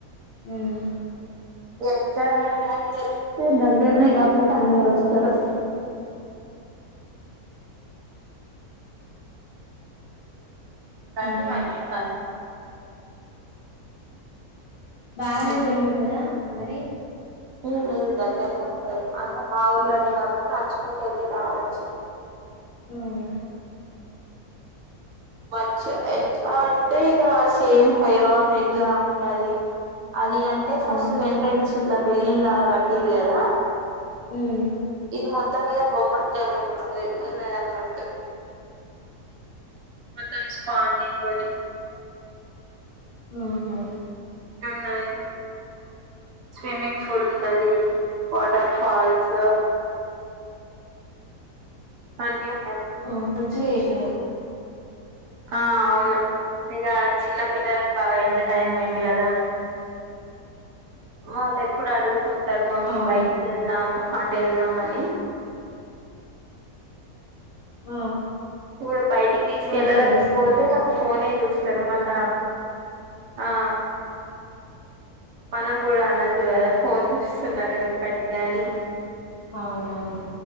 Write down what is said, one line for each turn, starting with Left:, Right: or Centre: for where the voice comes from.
Left: ఉమ్
Right: ఎక్కడ అని గాని తెలిస్తే దగ్గరనే కాబట్టి అందరు వస్తారు. రండి
Left: ఆ
Right: మరీ సార్
Left: బాగానే
Right: హలో
Left: దూరం ఉంటదా మరి
Right: ఏ నీ దగ్గరనే ఉంటాయి అంటే మా ఊర్లోనే కాబట్టి నడూచుకుంటూ వెళ్ళి రావచ్చు
Left: మ్మ్
Right: మంచి ఎట్లా అంటే ఇక సేమ్ హైరాయిల్ ఎట్లా ఉంటది అది అంటే ఫస్ట్
Left: ఆ
Right: ది ఎంట్రెన్స్ ఇల బిల్డింగ్ లా కట్టిర్రుకదా
Left: ఉం
Right: ఇది మొత్తం ఇగ బొమ్మలుతోనున్నాయి ఉన్నాయి అన్నట్టు మొత్తం ఇది స్పాంజి తోని
Left: ఆహా
Right: నున్నవి స్విమ్మింగ్ పూల్ అవి వాటర్ ఫాల్స్ అన్నియన్
Left: ఒ మంచిగా ఏయ్ అట్లయితే
Right: ఆ అవును ఇక చిన్న పిల్లలలకు బాగా ఎంటర్టైన్మెంట్ కదా వాళ్ళు ఎప్పుడు అడుగు తుంటారు మమ్మీ
Left: అవును
Right: బైట్కీ వెళ్ళాదామ ఆటెల్ దా మని
Left: ఆ
Right: ఇప్పుడు బయటికి తీసుకెళ్ళలేకపోతే
Left: మంచిగా తీసుకెళ్ళచ్చు
Right: వాళ్ళు ఫోనే చూసి శర్మల ఆ మనం కూడా అనదు కదా ఫోన్ చూస్తున్నారు ఎప్పటి కానీ
Left: అవునవును